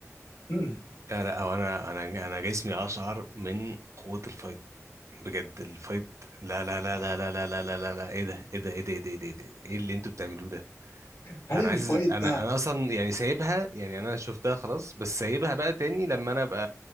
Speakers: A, on the left; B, on the right.
A: مم.
B: لا لا هو انا انا انا جسمي اشعر من قوة الفايت بجد الفايت لا لا لا لا لا لا لا لا لا لا ايه ده ايه ده ايه ده ايه ده ايه ده ايه ده؟ إيه اللي انتوا بتعملوه ده
A: هل
B: انا
A: الفايت
B: عايز انا
A: ده
B: انا اصلا يعني سايبها يعني انا شفتها خلاص بس سايبها بقى تاني لما انا ابقى